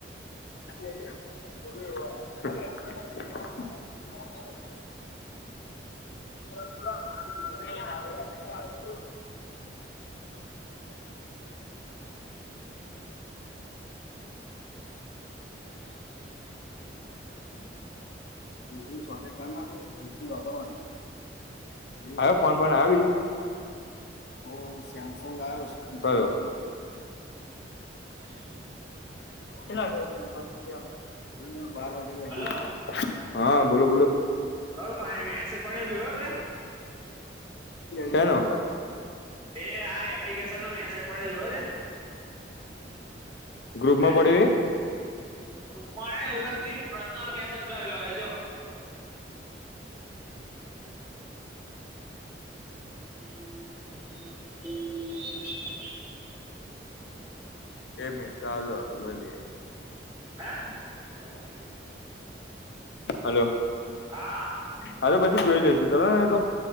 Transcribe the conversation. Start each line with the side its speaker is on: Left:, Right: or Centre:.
Left: <inaudible>
Right: <inaudible>
Left: <inaudible>
Right: <inaudible> <inaudible>
Left: ના વાપરવા આવ ફોન પણ આવ બીજો? ઓ સેમસંગ આવ કયો?
Right: <inaudible>
Left: <unintelligible>
Right: હલો
Left: હા બોલો બોલો.
Right: હવે મારે મેસેજ પડ્યો જોયો તે
Left: સેનો.
Right: એ આ એપ્લિકેશન નો મેસેજ પડ્યો જો તે?
Left: ગ્રુપ માં
Right: હે?
Left: પડ્યું એ?
Right: ગ્રુપમાં અલગ થી પ્રર્શનલ મેસેજ કરેલો જો. <inaudible>
Left: એમી સારું રાખો જો લઈએ.
Right: હે.
Left: હલો
Right: હા
Left: હ પછી જોઈ લેેશુ ચલો ને એ તો.